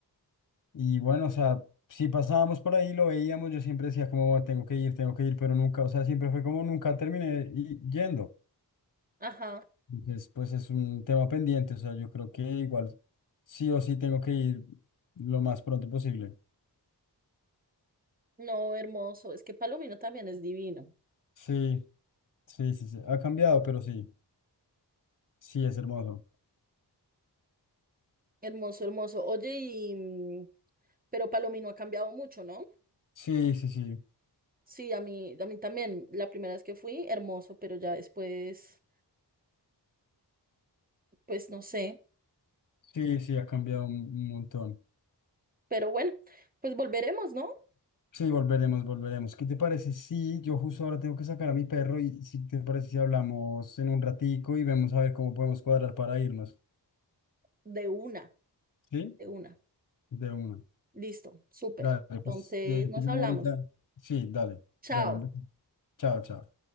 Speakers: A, on the left (about 50°); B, on the right (about 20°).
A: Y bueno, o sea, si pasábamos por ahí, lo veíamos, yo siempre decía como, tengo que ir, tengo que ir, pero nunca, o sea, siempre fue como, nunca terminé y- yendo.
B: Ajá.
A: Entonces, pues es un tema pendiente, o sea, yo creo que igual sí o sí tengo que ir lo más pronto posible.
B: No, hermoso. Es que Palomino también es divino.
A: Sí, sí, sí, sí, ha cambiado, pero sí, sí, es hermoso.
B: Hermoso, hermoso. Oye, y mm, pero Palomino ha cambiado mucho, ¿no?
A: Sí, sí, sí,
B: Sí, a mí, a mí también. La primera vez que fui, hermoso, pero ya después, pues no sé.
A: sí, sí, ha cambiado un, un montón.
B: Pero bueno, pues volveremos, ¿no?
A: Sí, volveremos, volveremos. ¿Qué te parece? Sí, yo justo ahora tengo que sacar a mi perro y si te parece si hablamos en un ratico y vemos a ver cómo podemos cuadrar para irnos.
B: De una,
A: ¿Sí?
B: de una.
A: De una.
B: Listo, súper.
A: Dale,
B: Entonces,
A: pues te,
B: nos
A: te llamo
B: hablamos.
A: ahorita. Sí, dale,
B: Chao.
A: dale, un beso. Chao, chao.